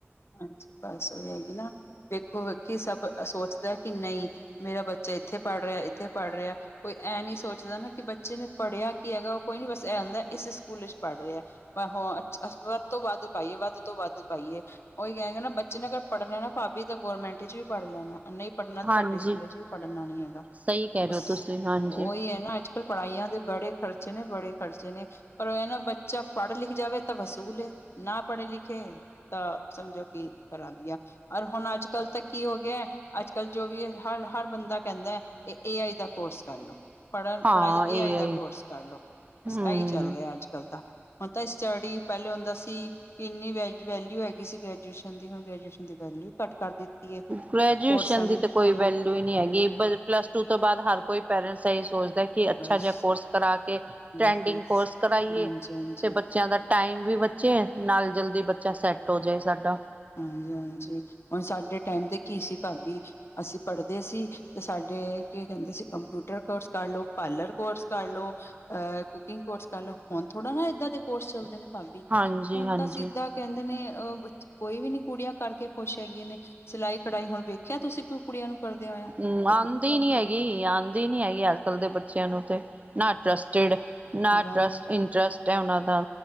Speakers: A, on the left; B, on the right.
A: ਹਾਂਜੀ ਬਸ ਉਹੀ ਹੈਗੀ ਨਾ। ਵੇਖੋ -ਵੇਖੀ ਸਭ ਸੋਚਦਾ ਕਿ, ਨਹੀਂ ਮੇਰਾ ਬੱਚਾ ਇੱਥੇ ਪੜ੍ਹ ਰਿਹਾ, ਇੱਥੇ ਪੜ੍ਹ ਰਿਹਾ ਕੋਈ ਐਂ ਨੀ ਸੋਚਦਾ ਨਾ, ਕਿ ਬੱਚੇ ਨੇ ਪੜ੍ਹਿਆ ਕੀ ਹੈਗਾ ਉਹ ਕੋਈ ਨੀ ਬਸ ਇਹ ਹੁੰਦਾ, ਇਸ ਸਕੂਲ ਵਿੱਚ ਪੜ੍ਹ ਰਿਹਾ। ਆਹੋ, ਅਛ ਵੱਧ ਤੋਂ ਵੱਧ ਪਾਈ ਏ, ਵੱਧ ਤੋਂ ਵੱਧ ਪਾਈ ਏ। ਉਹੀ ਹੈ ਨਾ ਬੱਚੇ ਨੇ ਅਗਰ ਪੜ੍ਹਨਾ ਨਾ, ਭਾਬੀ ਤਾਂ ਗੌਰਮੈਂਟ ਚ ਵੀ ਪੜ੍ਹ ਲੈਣਾ ਨਹੀਂ ਪੜ੍ਹਨਾ ਤਾਂ
B: ਹਾਂਜੀ
A: ਵੱਡੇ ਸਕੂਲੇ ਚ ਵੀ ਪੜ੍ਹਨਾ ਨੀ, ਹੈਗਾ
B: ਸਹੀ ਕਹਿ ਰਹੇ
A: ਬਸ
B: ਹੋ ਤੁਸੀਂ ਹਾਂਜੀ
A: ਉਹੀ ਹੈ ਨਾ ਅੱਜ ਕੱਲ ਪੜ੍ਹਾਈਆਂ ਦੇ ਬੜੇ ਖਰਚੇ ਨੇ, ਬੜੇ ਖਰਚੇ ਨੇ ਪਰ ਉਹ ਇਹ ਨਾ ਬੱਚਾ ਪੜ੍ਹ ਲਿਖ ਜਾਵੇ ਤਾਂ, ਵਸੂਲ ਏ ਨਾ ਪੜ੍ਹੇ ਲਿਖੇ ਤਾਂ ਸਮਝੋ ਕੀ ਕਰਾਂਗੀਆਂ, ਪਰ ਹੁਣ ਅੱਜ ਕੱਲ੍ਹ ਤਾਂ ਕੀ ਹੋ ਗਿਐ ਅੱਜ ਕੱਲ੍ਹ ਜੋ ਵੀ ਹੈ, ਹਰ ਹਰ ਬੰਦਾ ਕਹਿੰਦੈ ਏ, ਏ -ਆਈ ਦਾ ਕੋਰਸ ਕਰ ਲਉ। ਪੜ੍ਹਨ
B: ਹਾਂ
A: ਪੜ੍ਹਾਈ ਦਾ
B: ਇਹ
A: ਏ -ਆਈ ਦਾ ਕੋਰਸ ਕਰ ਲੋ,
B: ਹਮ
A: ਬਸ ਇਹੀ ਚੱਲ ਰਿਹਾ ਅੱਜ ਕੱਲ ਤਾਂ। ਹੁਨ ਤਾਂ, ਸਟੱਡੀ, ਪਹਿਲੇ ਹੁੰਦਾ ਸੀ ਤਿ ਇੰਨੀ ਵੈ ਵੈਲਿਊ ਹੈਗੀ ਸੀ, ਗ੍ਰੈਜੂਏਸ਼ਨ ਦੀ, ਹੁਣ ਗ੍ਰੈਜੂਏਸ਼ਨ ਦੀ ਵੈਲਿਊ ਘੱਟ ਕਰ ਦਿੱਤੀ। ਹੈ
B: ਗ੍ਰੈਜੂਏਸ਼ਨ
A: ਕੋਰਸਾਂ
B: ਦੀ
A: ਨੇ
B: ਤੇ ਕੋਈ ਵੈਲਊ ਹੀ ਨਹੀਂ ਹੈਗੀ, ਪਲੱਸ ਟੂ ਤੋਂ ਬਾਅਦ ਹਰ ਕੋਈ ਪੇਰੈਂਟਸ ਇਹੀ ਸੋਚਦਾ ਕਿ ਅੱਛਾ
A: ਬਸ
B: ਜਿਹਾ ਕੋਰਸ ਕਰਾ ਕੇ ਟਰੈੰਡਿੰਗ
A: ਬਸ ਬਸ
B: ਕੋਰਸ ਕਰਾਈਏ
A: ਹਾਂਜੀ ਹਾਂਜੀ
B: ਤੇ ਬ ਬੱਚਿਆਂ ਦਾ ਟਾਈਮ ਵੀ ਬੱਚੇ, ਨਾਲ ਜਲਦੀ ਬੱਚਾ ਸੈੱਟ ਹੋ ਜਾਏ ਸਾਡਾ।
A: ਹਾਂਜੀ-ਹਾਂਜੀ, ਹੁਣ ਸਾਡੇ ਟਾਈਮ ਤੇ ਕੀ ਸੀ, ਭਾਬੀ ਅਸੀਂ ਪੜ੍ਹਦੇ ਸੀ, ਤੇ ਸਾਡੇ ਕੀ ਕਹਿੰਦੇ ਸੀ, ਕੰਪਿਊਟਰ ਕੋਰਸ ਕਰ ਲਓ, ਪਾਰਲਰ ਕੋਰਸ ਕਰ ਲਓ ਅਹ ਕੁਕਿੰਗ ਕੋਰਸ ਕਰ ਲਉ, ਹੁਣ ਥੋੜਾ ਨਾ ਏਦਾਂ ਦੇ ਕੋਰਸ ਚੱਲਦੇ ਨੇ ਭਾਬੀ,
B: ਹਾਂਜੀ
A: ਹੁਣ
B: ਹਾਂਜੀ
A: ਤਾਂ ਸਿਧਾ ਕਹਿੰਦੇ ਨੇ ਅ ਕੋਈ ਵੀ ਨੀ ਕੁੜੀਆਂ ਕਰਕੇ ਖੁਸ਼ ਹੈਗੀਆਂ, ਨੇ ਸਿਲਾਈ ਕਢਾਈ ਹੁਣ ਵੇਖਿਆ ਤੁਸੀਂ ਕੋਈ ਕੁੜੀਆਂ ਨੂੰ, ਕਰਦਿਆਂ ਹੋਇਆ।
B: ਹੂੰ
A: ਕਦੇ
B: ਆਉਂਦੀ
A: ਕਰਦੀਆਂ
B: ਨੀ ਹੈਗੀ, ਆਉਂਦੀ ਨੀ ਹੈਗੀ, ਅੱਜ -ਕੱਲ ਦੇ ਬੱਚਿਆਂ ਨੂੰ ਤੇ ਨਾ ਟਰਸਟਿਡ ਨਾ
A: ਬਸ
B: ਟਰਸਟ, ਇੰਟਰਸਟ ਹੈ ਉਹਨਾਂ ਦਾ